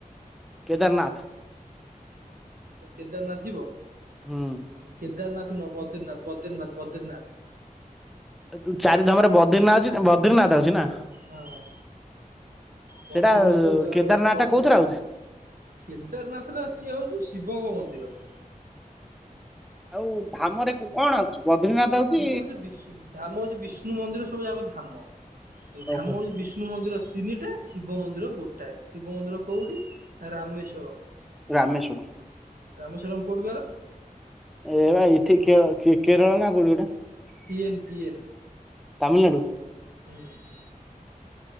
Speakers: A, in the centre; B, on the right.
A: କେଦାରନାଥ।
B: ଓ କେଦାରନାଥ ଯିବ
A: ହୁଁ
B: କେଦାରନାଥ ନୁହଁ ବଦ୍ରିନାଥ ବଦ୍ରିନାଥ ବଦ୍ରିନାଥ।
A: ଏ ଏ ଚାରି ଧାମରେ ବଦ୍ରିନାଥ ଅଛି ବଦ୍ରିନାଥ ଆଉଚି ନା।
B: ହଁ ବଦ୍ରିନାଥ
A: ସେଇଟା
B: ଦୁଆରେ
A: କେଦାରନାଥ
B: ବଦ୍ରି
A: ଟା କୋଉଥିରେ ଆଉଛି
B: କେଦାରନାଥଟା ସିଏ ହୋଉଚି ଶିବଙ୍କ ମନ୍ଦିର।
A: ଆଉ ଧାମରେ କୁ କଣ? ବଦ୍ରିନାଥ ଆଉଛି
B: ଧାମ ହୋଉଚି ବିଷୁ ଧାମ ହୋଉଚି ବିଷ୍ଣୁ ମନ୍ଦିର ସବୁ ଯାକ ଧାମ। ଧାମ
A: ଓହୋ
B: ହୋଉଚି ବିଷ୍ଣୁ ମନ୍ଦିର ତିନିଟା ଶିବ ମନ୍ଦିର ଗୋଟାଏ ଶିବ ମନ୍ଦିର କୋଉଠି ରାମେଶ୍ଵରମ୍।
A: ରାମେଶ୍ଵରମ୍।
B: ରାମେଶ୍ୱରମ୍ କୋଉଠି କହିଲ?
A: ଏପା ଏଠି କେରଳ କେ କେରଳ ନା କୋଉଠି ଗୋଟେ?
B: TN TN.
A: ତାମିଲନାଡ଼ୁ?
B: ହୁଁ।